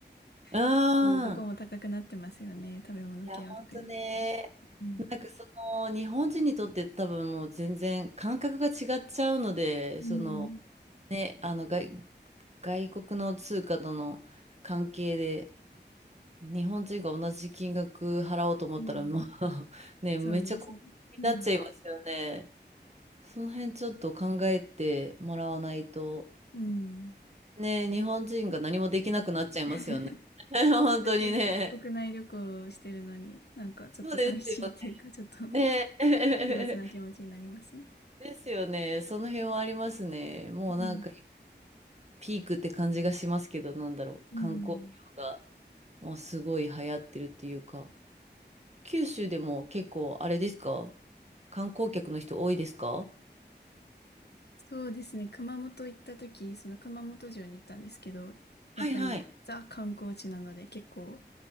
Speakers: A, on the right; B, on the left.
A: うん。
B: <laughs> どこも高くなってますよね。食べ物系は特に。
A: いや、ほんとね。
B: うん。
A: なんかその日本人にとって多分もう全然感覚が違っちゃうのでその
B: うん。
A: ねあの外、外国の通貨との関係で日本人が同じ金額払おうと思ったらもう
B: うん
A: <laughs> ねめっちゃ高額になっちゃいますよね。
B: そうですよね。うん。
A: その辺ちょっと考えてもらわないと
B: うん。
A: ね日本人が何もできなくなっちゃいますよね。
B: <laughs>
A: <laughs> 本当にね。
B: せっかく国内旅行をしてるのに、なんかちょっと寂しいっていうか、
A: そうですよ
B: ちょっと <laughs> 複
A: ね。ね。<laughs>
B: 雑な気持ちになりますね。
A: ですよね。その辺はありますね。もうなんか
B: うん。
A: ピークって感じがしますけど、なんだろう。
B: うん。
A: 観光業がもうすごい流行ってるっていうか。九州でも結構あれですか観光客の人多いですか
B: そうですね。熊本行った時、その熊本城に行ったんですけど、
A: はいはい。
B: やっぱりザ観光地なので、結構